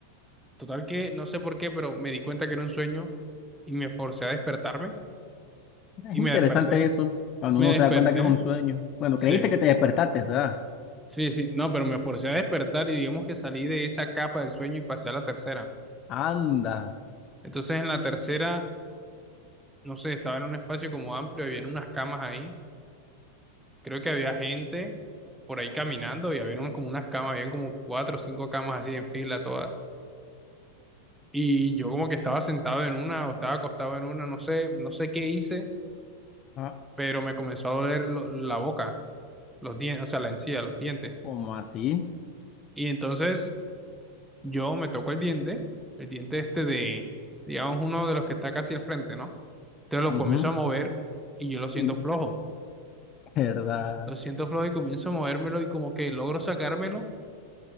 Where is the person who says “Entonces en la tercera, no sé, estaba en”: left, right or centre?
Centre